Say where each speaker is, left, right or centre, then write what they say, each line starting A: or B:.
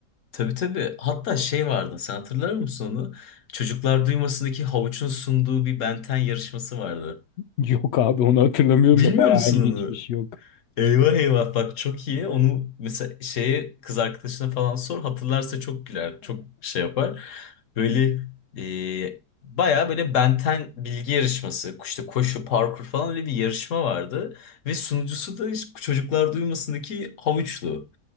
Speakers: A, on the left (about 55°); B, on the left (about 85°).
A: tabii tabii hatta şey vardı. Sen hatırlar mısın onu? Çocuklar Duymasındaki havuçun sunduğu bir Benten yarışması vardı.
B: Yok abi onu hatırlamıyorum
A: Bilmiyor
B: da bayağı
A: musun
B: ilginçmiş
A: onu?
B: yok.
A: Eyvah eyvah bak çok iyi. Onu mesela şeye kız arkadaşına falan sor hatırlarsa çok güler. Çok şey yapar. Böyle e, baya böyle benten bilgi yarışması işte koşu parkur falan öyle bir yarışma vardı. Ve sunucusu da hiç çocuklar duymasındaki havuçlu.